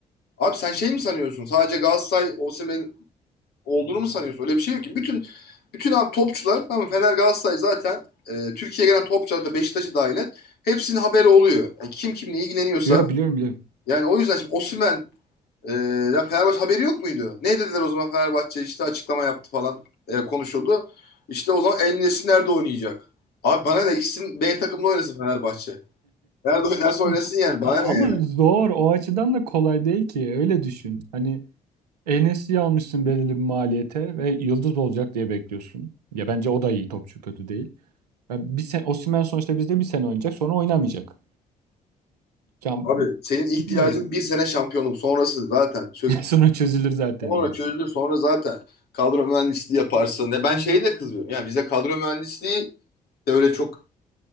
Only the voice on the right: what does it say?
Yok biliyorum biliyorum.
<laughs>
Ama
zor o açıdan da kolay değil ki öyle düşün. Hani en almışsın belirli bir maliyete ve yıldız olacak diye bekliyorsun. Ya bence o da iyi topçu kötü değil. Ya bir sen Osimhen sonuçta bizde bir sene oynayacak sonra oynamayacak. Ya
bilmiyorum.
<laughs> Sonra çözülür zaten
diyorsun.